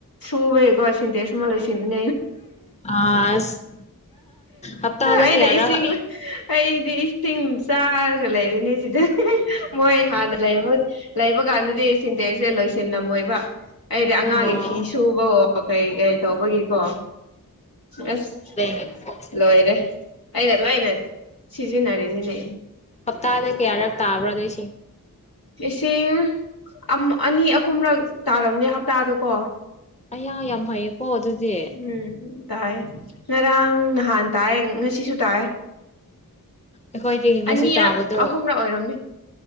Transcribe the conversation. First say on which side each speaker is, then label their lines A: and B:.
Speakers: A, on the left (about 75°); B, on the left (about 20°).
A: ꯁꯨꯕꯒꯤꯀꯣ ꯁꯤꯟꯇꯦꯛꯁ ꯑꯃ ꯂꯣꯏꯁꯤꯟ <inaudible>
B: ꯑꯁ ꯍꯞꯇꯥꯗ
A: ꯑꯩꯅ
B: ꯀꯌꯥꯔꯛ
A: ꯏꯁꯤꯡ ꯑꯩꯗꯤ ꯏꯁꯤꯡ ꯆꯥꯔꯒ ꯂꯩꯔꯤꯅꯦ ꯁꯤꯗ ꯃꯣꯏ ꯍꯥꯟꯅ ꯂꯩ ꯂꯩꯕ ꯀꯥꯟꯗꯗꯤ ꯁꯤꯟꯇꯦꯛꯁꯁꯦ ꯂꯣꯏꯁꯤꯟꯂꯝꯝꯃꯣꯏꯕ ꯑꯩꯗꯤ ꯑꯉꯥꯡꯒꯤ
B: ꯑꯣ
A: ꯐꯤ ꯁꯨꯕꯋꯣ ꯀꯔꯤ ꯀꯔꯤ ꯇꯧꯕꯒꯤꯀꯣ ꯑꯁ
B: ꯂꯩꯒꯦ ꯃꯈꯣꯟꯁꯦ
A: ꯂꯣꯏꯔꯦ ꯑꯩꯅ ꯂꯣꯏꯅ ꯁꯤꯖꯤꯟꯅꯔꯤꯅꯤꯅꯦ
B: ꯍꯞꯇꯥꯗ ꯀꯌꯥꯔꯛ ꯇꯥꯕ꯭ꯔꯥ ꯅꯣꯏ
A: ꯏꯁꯤꯡ ꯑꯝ ꯑꯅꯤ ꯑꯍꯨꯝꯔꯛ ꯇꯥꯔꯝꯅꯦ ꯍꯞꯇꯥꯗ ꯀꯣ
B: ꯑꯌꯥ ꯌꯥꯝ ꯐꯩꯌꯦ ꯍꯣ ꯑꯗꯨꯗꯤ
A: ꯎꯝ ꯇꯥꯏ ꯉꯔꯥꯡ ꯅꯍꯥꯟ ꯇꯥꯏ ꯉꯁꯤꯁꯨ ꯇꯥꯏ
B: ꯑꯩꯈꯣꯏꯗꯤ ꯉꯁꯤ
A: ꯑꯅꯤꯔꯛ
B: ꯇꯥꯕꯗꯣ
A: ꯑꯍꯨꯝꯔꯛ ꯑꯣꯏꯔꯝꯅꯦ